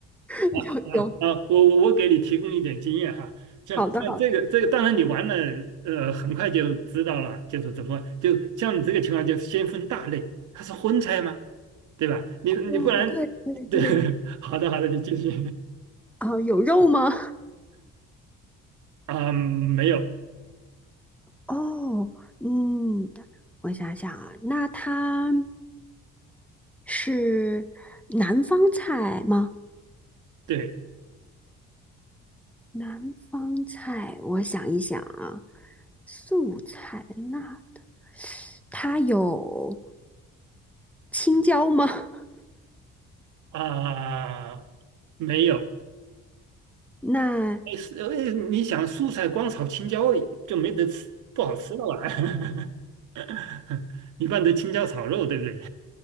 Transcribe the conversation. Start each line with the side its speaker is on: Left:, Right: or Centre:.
Centre: <laughs>
Right: 啊啊，
Centre: 有有，
Right: 我我我给你提供一点经验哈，像像这个这个，
Centre: 好的好的。
Right: 当然你玩了，呃，很快就知道了，就是怎么就像你这个情况，就先分大类，它是荤菜吗？对吧？你你不然，
Centre: 哦，对对对，
Right: 对，<laughs> 好的好的，你继续
Centre: 啊，有肉吗？
Right: <laughs> 啊，没有，
Centre: 哦，嗯，我想想啊，那它是南方菜吗？
Right: 对
Centre: 南方菜，我想一想啊，素菜辣它有青椒吗？<laughs>
Right: 啊，没有，
Centre: 那，
Right: 哎是哎，你想素菜光炒青椒就没得吃，不好吃了吧？<laughs> 一般都青椒炒肉，对不对？